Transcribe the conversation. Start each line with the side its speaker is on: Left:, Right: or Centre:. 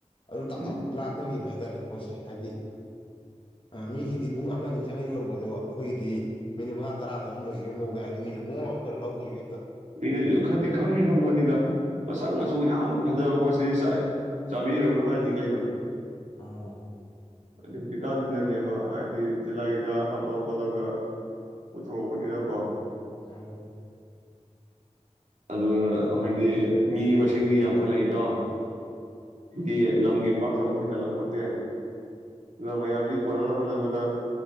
Left: ꯑꯗꯨꯝ ꯇꯞ
Right: ꯎꯝ
Left: ꯇꯞ ꯂꯥꯛꯅꯈꯤꯕ ꯍꯥꯏꯇꯥꯔꯦ ꯄꯣꯠꯁꯦ ꯍꯥꯏꯗꯤ ꯃꯤꯒꯤꯗꯤ ꯄꯨꯡ ꯑꯃ ꯑꯅꯤ ꯆꯪꯉ ꯌꯣꯟꯕꯗꯣ ꯑꯩꯈꯣꯏꯒꯤꯗꯤ ꯃꯤꯅꯤꯠ ꯃꯉꯥ ꯇꯔꯥꯗꯔ ꯑꯗꯨꯝ ꯂꯣꯏꯈꯤꯕꯒꯤ ꯃꯑꯣꯡꯗ ꯍꯥꯏꯗꯤ ꯃꯤꯁ ꯀꯣꯡ ꯂꯥꯎꯝꯗ ꯂꯧꯈꯤꯕ ꯍꯦꯛꯇ
Right: ꯃꯤꯅꯁꯨ ꯈꯗꯤ ꯈꯪꯅꯤ ꯈꯪꯕꯅꯤꯗ ꯃꯁꯛ ꯃꯆꯁꯨ ꯌꯥꯝ ꯐꯖꯕ ꯄꯣꯠꯁꯤꯗꯤ ꯆꯥꯕꯤꯔꯅꯨ ꯍꯥꯏꯅꯤ ꯀꯩꯅꯣ
Left: ꯑꯥ
Right: ꯑꯗꯨꯗꯤ ꯍꯧꯖꯤꯛꯀꯥꯟꯁꯤꯅꯅꯦꯕ ꯍꯥꯏꯕꯗꯤ ꯤꯂꯥꯏꯗ ꯍꯥꯞꯄ ꯈꯣꯠꯂꯒ ꯄꯨꯊꯣꯔꯛꯄꯅꯤꯅꯀꯣ
Left: ꯑ
Right: ꯑꯗꯨꯒ ꯍꯥꯏꯗꯤ
Left: ꯍꯧꯖꯤꯛꯅꯤ
Right: ꯃꯤ ꯇꯤꯟꯗꯤ ꯌꯥꯝꯈꯠꯂꯛꯏꯗꯣ ꯌꯦ ꯂꯝꯒꯤ ꯄꯥꯛ ꯆꯥꯎꯒꯤ ꯍꯦꯟꯒꯠꯂꯛꯄꯣꯠꯇꯦ ꯑꯗꯨꯅ ꯃꯌꯥꯝꯁꯤꯒꯤ ꯀꯣꯟꯅꯅꯕ ꯍꯣꯠꯅꯕꯗ